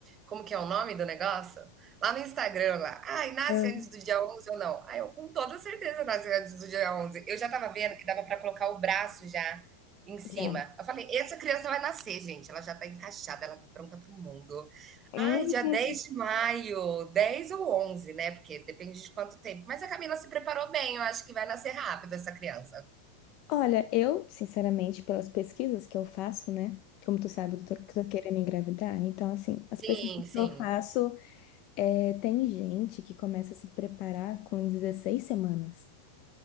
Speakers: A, on the right; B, on the left.
A: Como que é o nome do negócio? Lá no Instagram, lá. Ai, nasce
B: Hum.
A: antes do dia 11 ou não? Ai, eu com toda certeza nasce antes do dia 11. Eu já tava vendo que dava pra colocar o braço já em cima.
B: Já.
A: Eu falei, essa criança vai nascer, gente. Ela já tá encaixada, ela tá pronta pro mundo.
B: Hum.
A: Ai, dia 10 de maio, 10 ou 11, né? Porque depende de quanto tempo. Mas a Camila se preparou bem, eu acho que vai nascer rápido essa criança.
B: Olha, eu, sinceramente, pelas pesquisas que eu faço, né? Como tu sabe, eu tô, tô querendo engravidar. Então, assim, as
A: Sim,
B: pesquisas que
A: sim.
B: eu faço É, tem gente que começa a se preparar com 16 semanas.